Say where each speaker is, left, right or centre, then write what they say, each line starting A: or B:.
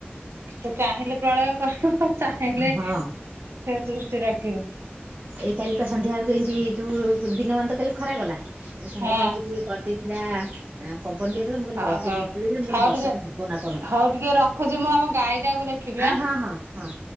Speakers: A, on the right (about 85°); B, on the right (about 40°).
A: ସେଚାହିଁଲେ ପ୍ରଳୟ କରୁଥିବ ଚାହିଁଲେ
B: ହଁ
A: ସୃଷ୍ଟି ରଖିବ।
B: ଏଇ କାଲିପା ସନ୍ଧ୍ୟା ବେଳକୁ ଏମିତି ଯୋଉ ଦିନମାନତ କାଲି ଖରା କଲା ଏସନ୍ଧ୍ୟା
A: ହଁ
B: ବେଳକୁ ଟିକେ କରିଦେଇି ନାଁ। ଆଁ ପବନ ଟିକେ ଦେଲା ମୁଁ କହିଲି
A: ହଉ
B: ବତ୍ତି
A: ହଉ
B: ବିଜୁଳିଲେ ମୁଁ କହିଲି
A: ହଉ
B: ବର୍ଷାଟା
A: ଟିକେ
B: ହବନା କଣ
A: ହଉ ଟିକେ ରଖୁଛି ମୁଁ ଆମ ଗାଈ ଟାକୁ ଦେଖିବି ଆଁ।
B: ଆ ହଁ ହଁ ହଁ।